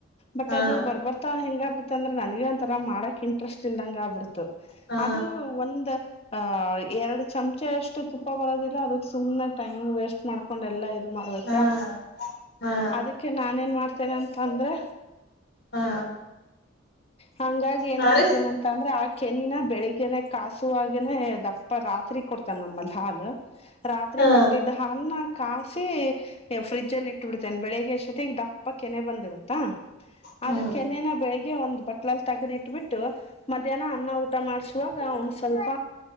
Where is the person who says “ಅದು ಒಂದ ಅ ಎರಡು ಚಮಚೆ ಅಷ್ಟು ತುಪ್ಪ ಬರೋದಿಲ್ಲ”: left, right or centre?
Left